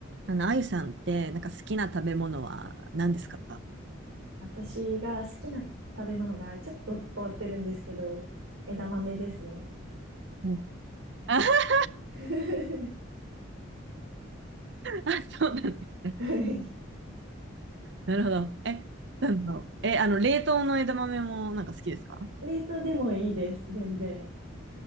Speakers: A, on the right (about 55°); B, on the right (about 90°).
A: あの、あゆさんって、なんか好きな食べ物は何ですか
B: 私が好きな食べ物がちょっと変わってるんですけど、枝豆ですね。
A: うん。あ、<laughs>
B: <laughs>
A: あそうなんだね。
B: はい
A: なるほど。え、なんだろう。え、あの、冷凍の枝豆もなんか好きですか
B: 冷凍でもいいです、全然。